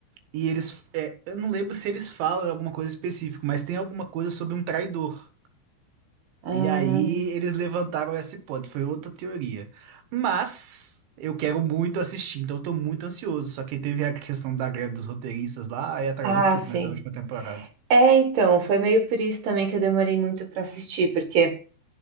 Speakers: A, on the right; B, on the right.
A: e eles, é, eu não lembro se eles falam alguma coisa específica, mas tem alguma coisa sobre um traidor.
B: Ah,
A: E aí eles levantaram essa hipótese, foi outra teoria. Mas eu quero muito assistir, então eu tô muito ansioso. Só que teve a questão da greve dos roteiristas lá e atrasou
B: Ah,
A: tudo,
B: sim.
A: né, da última temporada.
B: É, então, foi meio por isso também que eu demorei muito para assistir, porque,